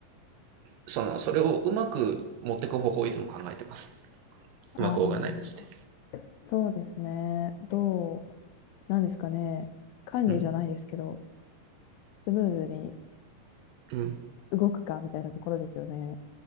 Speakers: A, on the right; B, on the left.
A: その、それをうまく持っていく方法をいつも考えてます。
B: ああ。
A: うまくオーガナイズして。
B: そうですね。どう、なんですかね。管理じゃないですけど、
A: うん。
B: スムーズに
A: うん。
B: 動くかみたいなところですよね。